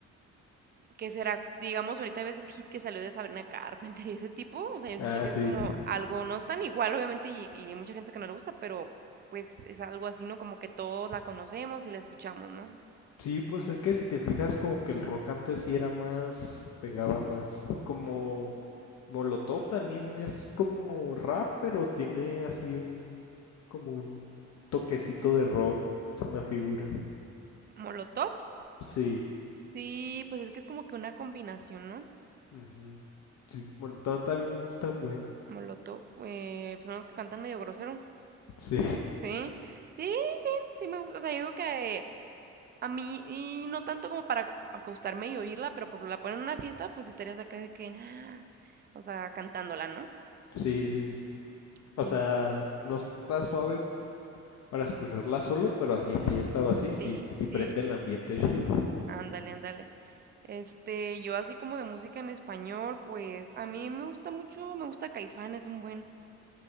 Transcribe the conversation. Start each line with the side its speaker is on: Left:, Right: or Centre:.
Right: que será? Digamos, ahorita ves el hit que salió de Sabrina Carpenter y ese tipo, o sea, yo siento
Left: ah,
Right: que es
Left: sí.
Right: como algo, no es tan igual, obviamente, y, y hay mucha gente que no le gusta, pero pues es algo así, ¿no? Como que todos la conocemos y la escuchamos, ¿no?
Left: Sí, pues es que si te fijas como que el rock antes sí era más, pegaba más, como Molotov también es como rap, pero tiene así un, como un toquecito de rock, se me figura.
Right: Molotov,
Left: Sí,
Right: sí, pues es que es como que una combinación, ¿no?
Left: ujú. Sí, Molotov también es tan buen.
Right: Molotov, eh, pues son los que cantan medio grosero,
Left: Sí, <laughs>
Right: sí, sí, sí me gusta, o sea, yo digo que a mí, y no tanto como para acostarme y oírla, pero por la ponen en una fiesta, pues sí estarías acá de que, nah, o sea, cantándola, ¿no?
Left: sí, sí. es-
Right: Como
Left: O sea, no está suave para escucharla solo, pero así en fiesta o así, sí,
Right: Sí,
Left: sí prende
Right: sí,
Left: el ambiente chido.
Right: ándale, ándale. Este, yo así como de música en español, pues a mí me gusta mucho, me gusta Caifanes un buen.